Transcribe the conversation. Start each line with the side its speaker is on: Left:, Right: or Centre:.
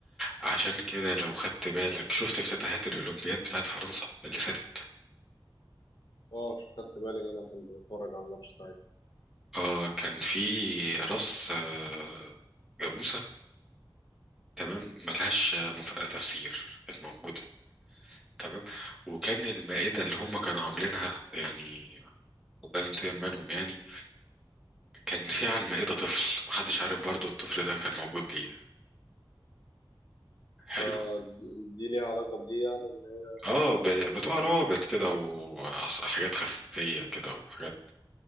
Centre: عشان كده لو خدت بالك شفت افتتاحات الأولمبياد بتاعت فرنسا اللي فاتت
Left: اه خدت بالي منها كنت بتفرج على الماتش ساعتها
Centre: اه كان في رأس آه، جاموسة تمام ملهاش آه، مف- آه، تفسير كانت موجودة تمام وكان المائدة اللي هم كانوا عاملينها يعني الله ينتقم منهم يعني كان في على المائدة طفل محدش عارف برضو الطفل ده كان موجود ليه حلو
Left: آه، دي دي ليها علاقة بدي يعني إن هي-
Centre: اه ب- بتوع روابط كده وحاجات خفية كده وحاجات